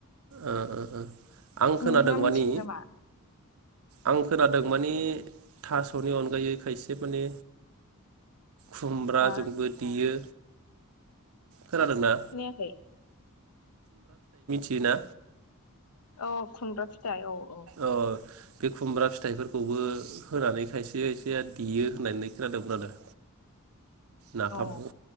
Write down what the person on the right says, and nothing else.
ओ ओ। आं खोनादों
मानि
आं खोनादों माने थास'नि अनगायै खायसे माने खुमब्राजोंबो
देयो खोनादोंना?
बिना
अ बे खुमब्रा फिथाइफोरखौबो होनानै खायसे खायसेया देयो होननानै खोनादोंमोन आरो। नाफामखौ